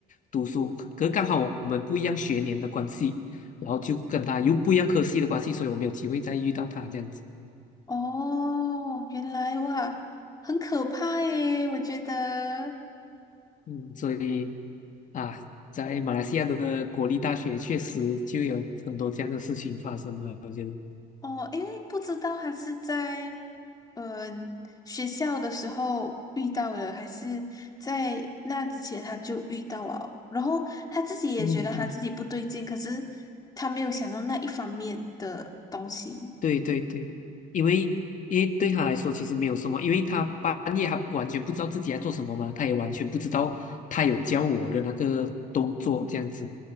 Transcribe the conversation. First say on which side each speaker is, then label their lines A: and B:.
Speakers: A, on the left; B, on the left.
A: 读书，可是刚好我们不一样学年的关系，然后就跟他又不一样科系的关系，所以我没有机会再遇到他这样子。
B: 哦，原来哇，很可怕耶，我觉得。
A: 嗯，所以啊，在马来西亚的国立大学确实就有很多这样的事情发生了，我觉得。
B: 哦，因为不知道他是在嗯、学校的时候遇到了，还是在那之前他就遇到了，然后他自己也觉得他自己不对劲，
A: 嗯嗯
B: 可是他没有想到那一方面的东西。
A: 对对对，因为因为对他来说其实没有什么，因为他半夜他完全不知道自己在做什么嘛，他也完全不知道他有教我的那个动作这样子，